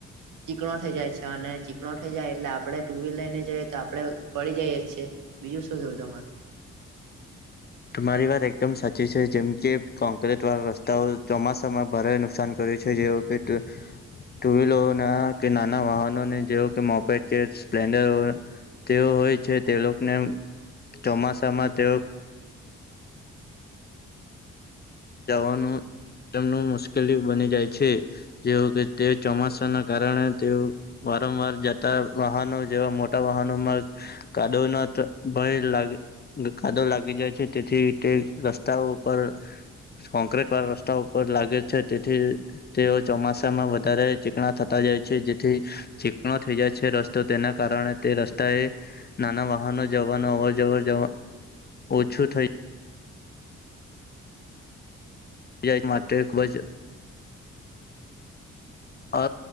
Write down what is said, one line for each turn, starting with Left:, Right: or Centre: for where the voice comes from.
Right: ચીકણો થઈ જાય છે અને ચીકણો થઈ જાય એટલે આપડણે ટુ વ્લ લઈને જઈએ તો આપડે પડી જઈએ છીએ, બીજું તમારે
Left: તમારી વાત એકદમ સાચી છે, જેમ કે કોંક્રીટ વાળા રસ્તાઓ ચોમાસામાં ભારે નુકસાન કર્યું જેકે ટુ વ્લરો કે નાના વાહનોને જે કે મોપે સ્પ્લેન્ડર તેઓ હોય છે તે લોકોને ચોમાસામાં તેઓ જવાનું તેમ મુશ્કેલી બની જાય છે, જે કે તે ચોમાસા ના કારણે તે વારંવાર જતા વાહનો જેવા મોટા વાહનોમાં કાડો ન ભય લાગે કાદો લાગી જાય છે, તેથી તે રસ્તાઓ ઉપર કોંક્રીટ વાળા રસ્તા ઉપર લાગે છે, તેથી તેઓ ચોમાસામાં વધારે ચીકણા થતા જાય છે જેથી ચીકણો થઈ જાય છે રસ્તો તેના કારણે તે રસ્તાએ નાના વાહનો- જવાનું અવર જવર જવા ઓછું થઈ. બજજ માટે ખૂબ જ અ